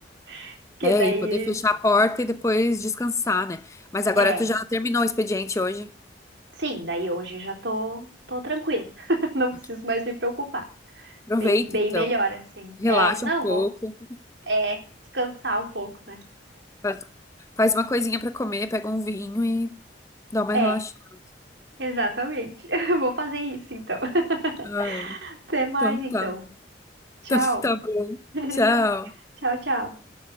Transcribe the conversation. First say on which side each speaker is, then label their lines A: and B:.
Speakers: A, on the right; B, on the left.
A: <laughs> que
B: É,
A: daí,
B: e poder fechar a porta e depois descansar, né? Mas agora
A: é.
B: tu já terminou o expediente hoje.
A: Sim, daí hoje já tô, tô tranquila. <laughs> Não preciso
B: Ok.
A: mais me preocupar.
B: Aproveita,
A: Bem, bem
B: então.
A: melhor, assim.
B: Relaxa
A: É, não
B: um pouco.
A: vou. É, descansar um pouco, né?
B: Faz, faz uma coisinha pra comer, pega um vinho e dá uma relaxada.
A: É, exatamente. <laughs> Vou fazer isso, então. <laughs>
B: Ai,
A: Até mais,
B: então
A: então.
B: tá.
A: Tchau.
B: Então tá bom.
A: <laughs>
B: Tchau.
A: Tchau, tchau.